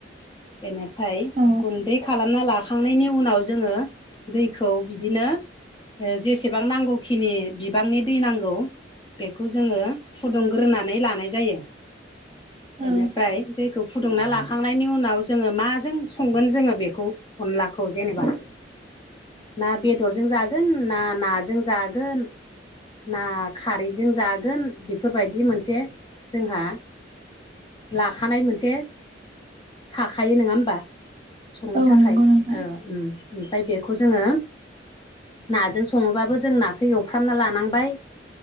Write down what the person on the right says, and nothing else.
औ
औ
औ
नंगौ नोंथां